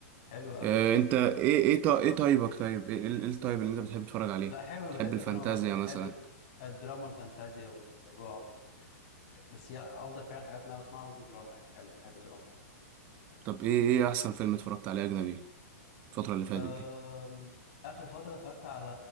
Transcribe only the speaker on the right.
آه،
انت ايه ايه طا- ايه طيبك طيب ايه ايه ال- إيه الطيب اللي انت بتحب تتفرج عليه
تحب الفانتازيا
مثلا
طب ايه ايه احسن فيلم اتفرجت عليه اجنبي الفترة اللي فاتت
دي